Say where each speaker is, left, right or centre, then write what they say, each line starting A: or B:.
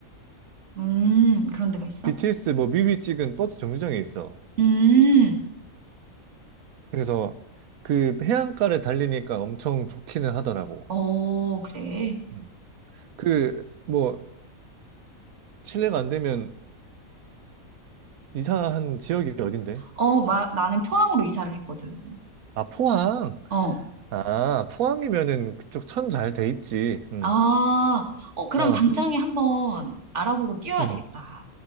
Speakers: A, on the right (about 55°); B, on the right (about 75°).
A: 음, 그런 데가 있어?
B: BTS 뭐 뮤비 찍은 버스 정류장에 있어.
A: 음,
B: 그래서 그 해안가를 달리니까 엄청 좋기는 하더라고.
A: 어, 그래.
B: 음. 그 뭐 실례가 안 되면 이사한 지역이 어딘데?
A: 어, 마, 나는 포항으로 이사를 했거든.
B: 아, 포항.
A: 어.
B: 아, 포항이면은 그쪽 천 잘 돼 있지. 응.
A: 아, 어, 그럼
B: 어,
A: 당장에 한번 알아보고 뛰어야
B: 응.
A: 되겠다.